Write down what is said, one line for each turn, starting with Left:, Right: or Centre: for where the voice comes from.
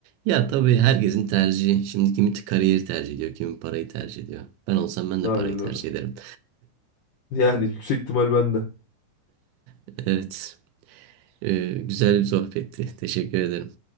Right: Ya tabii herkesin tercihi. Şimdi kimi kariyeri tercih ediyor, kimi parayı tercih ediyor. Ben olsam ben de
Left: Aynen
Right: parayı tercih
Left: öyle.
Right: ederim.
Left: Yani yüksek ihtimal bende.
Right: <laughs> Evet. Ee, güzel bir sohbetti. Teşekkür ederim.